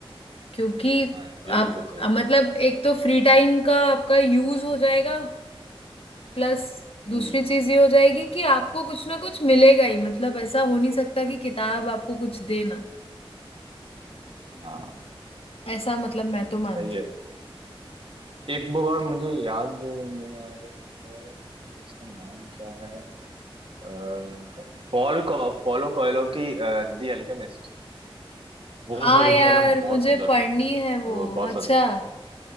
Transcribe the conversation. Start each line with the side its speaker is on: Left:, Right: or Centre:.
Left: क्योंकि
Right: हाँ यार ये
Left: आप
Right: बिल्कुल सही बोला
Left: मतलब एक तो फ्री टाइम का आपका यूज हो जाएगा प्लस दूसरी
Right: हम्म
Left: चीज ये हो जाएगी कि आपको कुछ ना कुछ मिलेगा ही मतलब ऐसा हो नहीं सकता कि किताब आपको कुछ देना
Right: हाँ
Left: ऐसा मतलब मैं तो मानती
Right: सही है
Left: हूँ
Right: एक बुक और मुझे याद नहीं आ रही है इसका नाम क्या है अ, पॉल को पॉलो कोयलो की दी अल्केमिस्ट वो
Left: हाँ
Right: पढ़ी
Left: यार
Right: थी मैंने बहुत
Left: मुझे
Right: सुंदर
Left: पढ़नी
Right: फिल्म
Left: है वो
Right: वो बहुत
Left: अच्छा
Right: सुंदर